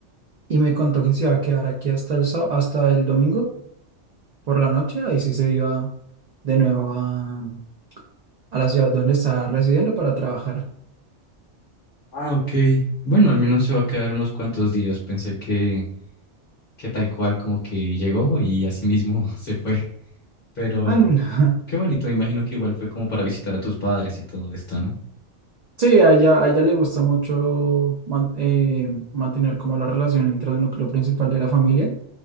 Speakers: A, on the right; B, on the left.
A: y me contó que se iba a quedar aquí hasta el, sá- hasta el domingo por la noche. Ahí sí se iba de nuevo a, a la ciudad donde está residiendo para trabajar.
B: Ah, ok. Bueno, al menos se va a quedar unos cuantos días. Pensé que, que tal cual como que llegó y así mismo <laughs> se fue. Pero
A: Ah, no. no. <laughs>
B: qué bonito, me imagino que igual fue como para visitar a tus padres y todo esto, ¿no?
A: Sí, a ella, a ella le gusta mucho man- eh, mantener como la relación entre el núcleo principal de la familia.